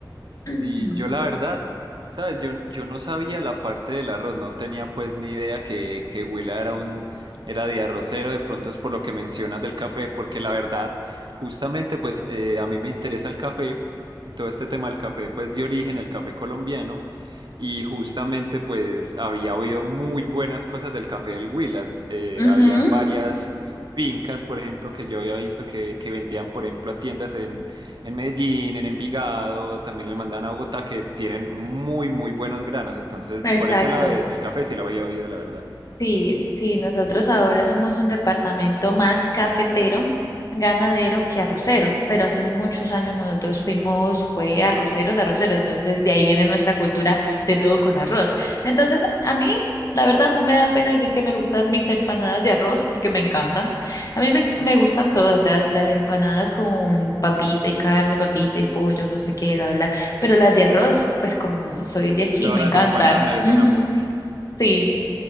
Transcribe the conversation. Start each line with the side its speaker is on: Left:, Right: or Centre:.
Left: Mm.
Right: Y yo la verdad, sabes, yo, yo no sabía la parte del arroz, no tenía pues ni idea que, que Huila era un, era de arrocero, de pronto es por lo que mencionas del café, porque la verdad, justamente pues eh, a mí me interesa el café, todo este tema del café pues de origen, el café colombiano, y justamente pues había oído muy buenas cosas del café del Huila, eh,
Left: Ujú,
Right: habían varias fincas, por ejemplo, que yo había visto que, que vendían, por ejemplo, a tiendas en Medellín, en Envigado, también le mandan a Bogotá que tienen muy, muy buenos granos. Entonces,
Left: exacto.
Right: por ese lado de- del café sí lo había oído, la verdad.
Left: Sí, sí, nosotros ahora somos un departamento más cafetero, ganadero que arrocero, pero hace muchos años nosotros fuimos, fue arroceros, arrocero, entonces de ahí viene nuestra cultura de todo con arroz. Entonces, a a mí, la verdad, no me da pena decir que me gustan mis empanadas de arroz porque me encantan. A mí me, me gustan todas, o sea, las empanadas con papita y carne, papita y pollo, no sé qué, bla, bla, bla, pero las de arroz, pues como soy de aquí,
Right: Todas
Left: me
Right: las
Left: encantan.
Right: empanadas merecen
Left: Ujú,
Right: amor.
Left: Sí.